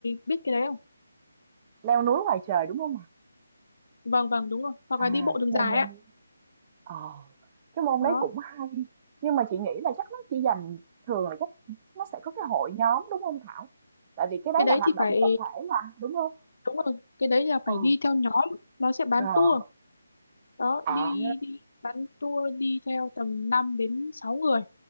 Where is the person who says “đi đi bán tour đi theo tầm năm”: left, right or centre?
Left